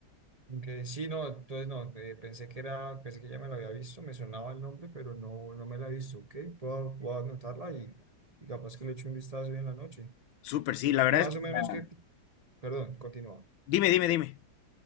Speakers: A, on the right; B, on the left.
A: Que sí, no, entonces no, eh, pensé que era, pensé que ya me la había visto, me sonaba el nombre, pero no, no me la he visto, ¿ok? Puedo, puedo anotarla y, y capaz que le echo un vistazo hoy en la noche.
B: Súper, sí, la
A: Más
B: verdad es que...
A: o
B: te
A: menos
B: la-
A: que, perdón, continúa.
B: Dime, dime, dime.